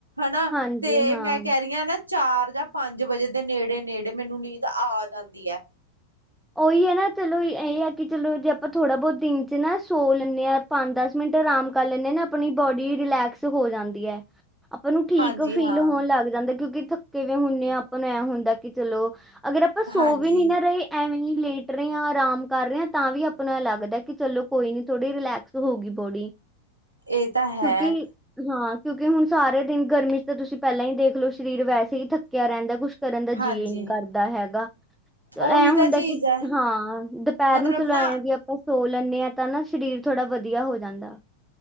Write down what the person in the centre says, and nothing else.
ਹਾਂਜੀ
ਹਾਂ।
ਉਹੀ ਹੈ ਨਾ ਚਲੋ ਇਹ ਆ ਕਿ ਚਲੋ ਜੇ ਆਪਾਂ ਥੋੜਾ ਬਹੁਤ ਦਿਨ ਚ ਨਾ ਸੌ ਲੈਂਨੇ ਆ ਪੰਜ ਦਸ ਮਿੰਟ ਆਰਾਮ ਕਰ ਲੈਂਨੇ ਆ ਨਾ ਆਪਣੀ ਬੋਡੀ ਰਿਲੈਕਸ ਹੋ ਜਾਂਦੀ ਹੈ ਆਪਾਂ ਨੂੰ ਠੀਕ
ਫੀਲ
ਹੋਣ ਲੱਗ ਜਾਂਦਾ ਕਿਉਂਕਿ ਥ ਕਿਵੇਂ ਹੁੰਨੇ ਆ ਆਪਾਂ ਨੂੰ ਐਂ ਹੁੰਦਾ ਕਿ ਚਲੋ ਅਗਰ ਆਪਾਂ ਸੋ
ਵੀ ਨੀ ਨਾ ਰਹੇ ਐਵੇਂ ਹੀ ਲੇਟ ਰਹੇ ਹਾਂ ਆਰਾਮ ਕਰ ਰਹੇ ਹ ਤਾਂ ਵੀ ਆਪਾਂ ਨੂੰ ਇਹ ਲੱਗਦਾ ਕਿ ਚਲੋ ਕੋਈ ਨੀ ਥੋੜ੍ਹੀ ਰਿਲੈਕਸ ਹੋ ਗਈ ਬੋਡੀ
ਕਿਉਂਕਿ ਹਾਂ ਕਿਉਂਕਿ ਹੁਣ ਸਾਰੇ ਦਿਨ ਗਰਮੀ ਚ ਤਾਂ ਤੁਸੀਂ ਪਹਿਲਾਂ ਹੀ ਦੇਖ ਲੋ ਸਰੀਰ ਵੈਸੇ ਹੀ ਥੱਕਿਆ ਰਹਿੰਦਾ ਕੁਛ ਸਾਡੇ ਅੰਡਰ ਜੀ
ਜੀਅ ਨੀਂ ਕਰਦਾ ਹੈਗਾ। ਚਲੋ
ਐਂ
ਹੁੰਦਾ
ਕਿ
ਹਾਂ, ਦੁਪੈਰ
ਨੂੰ ਚਲਾਯਾ
ਵੀ ਸੋ ਲੈਂਨੇ ਆਂ, ਤਾਂ ਨਾ ਸਰੀਰ ਥੋੜ੍ਹਾ ਵਧੀਆ ਹੋ ਜਾਂਦਾ।